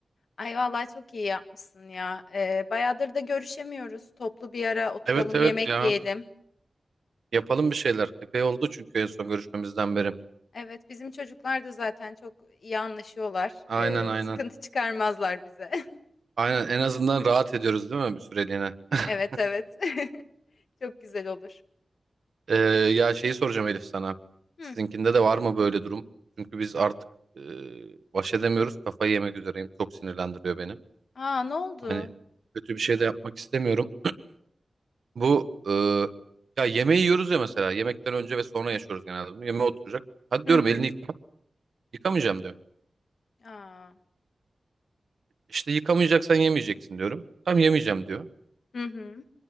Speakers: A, on the left (about 80°); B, on the right (about 75°).
A: Ay valla çok iyi yapmışsın ya. Ee, bayağıdır da görüşemiyoruz. Toplu bir ara oturalım,
B: Evet evet
A: yemek
B: ya
A: yiyelim.
B: yapalım bir şeyler. Epey oldu çünkü en son görüşmemizden beri.
A: Evet, bizim çocuklar da zaten çok iyi anlaşıyorlar.
B: Aynen
A: Ee,
B: aynen.
A: sıkıntı çıkarmazlar bize. <laughs>
B: Aynen en azından rahat ediyoruz değil mi bir süreliğine? <laughs>
A: Evet evet. <laughs> Çok güzel olur.
B: Ee, ya şeyi soracağım Elif sana.
A: Hı.
B: Sizinkinde de var mı böyle durum? Çünkü biz artık e, baş edemiyoruz. Kafayı yemek üzereyim. Çok sinirlendiriyor beni.
A: Aa ne oldu?
B: Hani kötü bir şey de yapmak istemiyorum. Bu e, ya yemeği yiyoruz ya mesela. Yemekten önce ve sonra yaşıyoruz genelde bunu. Yemeğe oturacak. Hadi
A: Hı
B: diyorum
A: hı.
B: elini yıka. Yıkamayacağım diyor.
A: Aa.
B: İşte yıkamayacaksan yemeyeceksin diyorum. Tam yemeyeceğim diyor.
A: Hı hı.